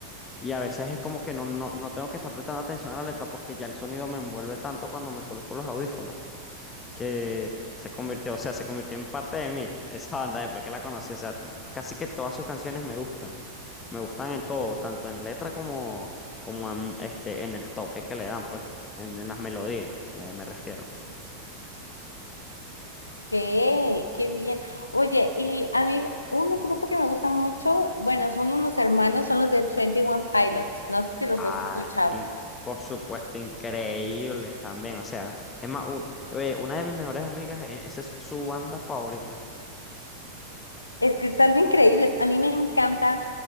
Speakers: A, on the left (about 20°); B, on the left (about 80°).
A: Y a veces es como que no, no, no tengo que estar prestando atención a la letra porque ya el sonido me envuelve tanto cuando me coloco los audífonos que se convirtió, o sea, se convirtió en parte de mí, esa banda después que la conocí, o sea, t- casi que todas sus canciones me gustan, me gustan en todo, tanto en letra como, como en, este, en el toque que le dan, pues, en, en las melodías, me, me refiero.
B: ¡Qué, qué bien! Oye, y a mí un grupo que me gusta mucho, bueno, son unos hermanos, son los de Twenty One Pilots. No sé si los
A: Ah,
B: has escuchado.
A: In- por supuesto, increíbles también, o sea, es más, u- eh, una de mis mejores amigas, eh, esa es su banda favorita.
B: Es que están increíbles. A mí me encanta